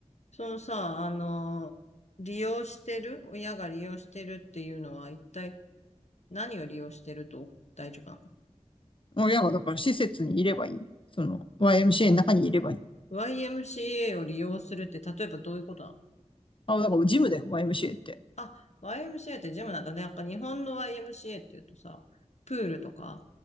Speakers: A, on the left; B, on the left.
A: そのさ、あの利用してる、親が利用してるっていうのは一体何を利用してると大丈夫な
B: 親がだから施設にいればいい。その YMCA の中にいればいい。
A: の ?YMCA を利用するって例えばどういうことなの
B: あ、だからジムだよ、YMCA って。
A: あ、YMCA ってジムなんだね。やっぱ日本の YMCA っていうとさ、プールとか、